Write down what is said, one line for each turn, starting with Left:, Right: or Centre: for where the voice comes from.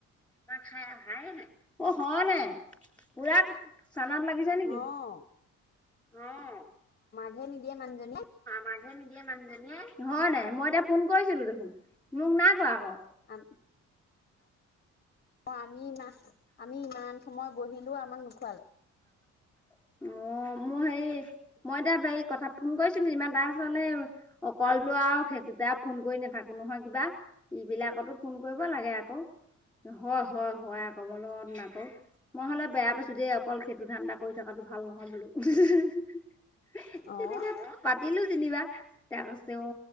Centre: নাই অ হোৱা নাই পুৰা চানাত লাগিছে নেকি
Left: অ',
Centre: আহ
Left: <unintelligible> নিদিয়ে মানুহজনীয়ে
Centre: <unintelligible> হয় নাই মই এতিয়া ফোন কৰিছিলো দেখোন মোক নাই কোৱা আকৌ
Left: অ', আমি আমি ইমান সময় বহিলোও আমাক নোখোৱালে
Centre: অ', মোৰ হেৰি মইতিয়া বাৰীক কথা ফোন কৰিছো ইমান তাৰছ অকলটো আৰু সেইটোতে আৰু ফোন কৰি নাথাকো নহয় কিবা এইবিলাকতো ফোন কৰিব লাগে আকৌ হয়-হয়-হয় আ', ক'বলৈ নকৌ মই হ'লে বেয়া পাইছো দেই অকল সেইটো ধান্দা কৰি থকাটো ভাল নহয় বোলো। উ <unintelligible> তেনেকে
Left: অ',
Centre: পাতিলো। জিনিবা। তাক কৈছে অ,